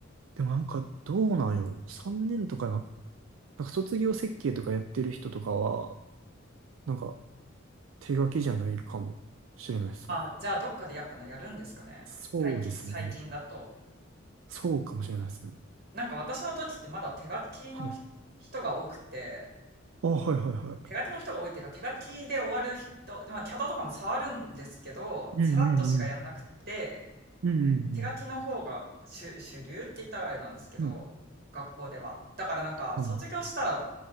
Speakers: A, on the right (about 80°); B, on the right (about 50°).
A: でもなんかどうなんよ。3年とかな、なんか卒業設計とかやってる人とかは、なんか手書きじゃないかもしれないですね。
B: あ、じゃあどっかでやっぱやるんですかね。
A: そうですね。
B: 最近、最近だと。
A: そうかもしれないですね。
B: なんか私の時ってまだ手書きの人が多くて、
A: はい。あ、はいはいはい。
B: 手書きの人が多いっていうか手書きで終わる人、まあキャドとかも触るんですけど、
A: うんうんうん。
B: さらっとしかやんなくて、
A: うんうん
B: 手書きの方が主、主流って言ったらあれなんですけど、
A: うん。
B: 学校では。だからなんか、
A: うん。
B: 卒業したら、
A: うん。